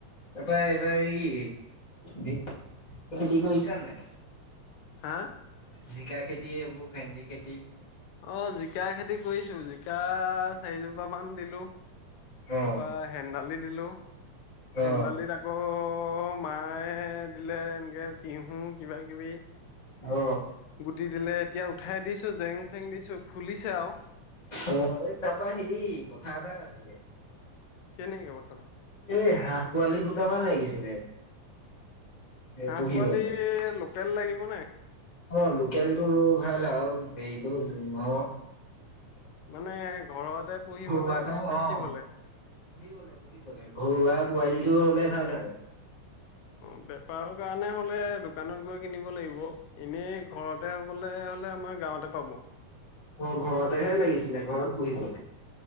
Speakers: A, on the left (about 15°); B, on the left (about 85°).
A: তাৰপৰা এইবাৰ এই কি, খেতি কৰিছা নাই?
B: হা?
A: জিকা খেতি, এইবোৰ ভেন্দি খেতি।
B: অ জিকা খেতি কৰিছো, জিকা চাৰিজোপ মান দিলো
A: অ',
B: তাপা হেন্দালি দিলো,
A: অ',
B: হেন্দালিত আক আকৌ মায়ে দিলে এনেকে তিহু কিবা কিবি
A: অ
B: গুটি দিলে এতিয়া উঠাই দিছো, জেং-চেং দিছো ফুলিছে আৰু।
A: অ এই তাপা সি কথা এটা আছিলে।
B: কেনে ক কথা?
A: এ হাঁহ পোৱালি দুটামান লাগিছিলে।
B: হাঁহ
A: পুহিবলে।
B: পোৱালি লোকেল লাগিব নাই?
A: অ লোকেলটো ভাল আৰু হেৰিটো ন
B: মানে ঘৰতে পুহিবনে
A: ঘৰুৱাটো
B: নে বেছিবলে?
A: অ'। পুহিবলে, পুহিবলে ঘৰুৱা পোৱালিটো হ'লে ভাল আৰু।
B: অ বেপাৰৰ কাৰণে হলে দোকানত গৈ কিনিব লাগিব এনেই ঘৰতে হবলে হলে আমাৰ গাঁৱতে পাব।
A: অহ ঘৰতেহে লাগিছিলে ঘৰত পুহিবলে।